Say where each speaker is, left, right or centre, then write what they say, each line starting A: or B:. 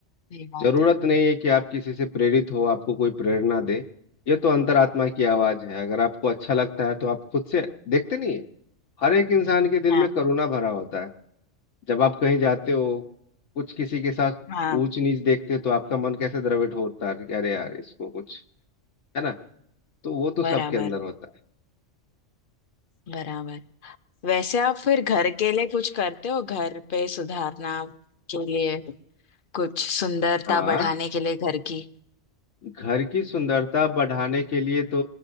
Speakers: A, on the left; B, on the left.
A: सही बात
B: जरूरत
A: है
B: नहीं है कि आप किसी से प्रेरित हो आपको कोई प्रेरणा दे ये तो अंतरात्मा की आवाज है अगर आपको अच्छा लगता है तो आप खुद से देखते नहीं है हर एक इंसान के दिल
A: हाँ
B: में करुणा भरा होता है जब आप कहीं जाते हो कुछ किसी के साथ
A: हाँ
B: ऊंच नीच देखते हो तो आपका मन कैसे द्रवित होता है कि अरे यार इसको कुछ है ना तो वो तो
A: बराबर
B: सबके अंदर होता है
A: बराबर वैसे आप फिर घर के लिए कुछ करते हो घर पे सुधारना के लिए कुछ सुंदरता
B: हाँ
A: बढ़ाने के लिए घर की
B: घर की सुंदरता बढ़ाने के लिए तो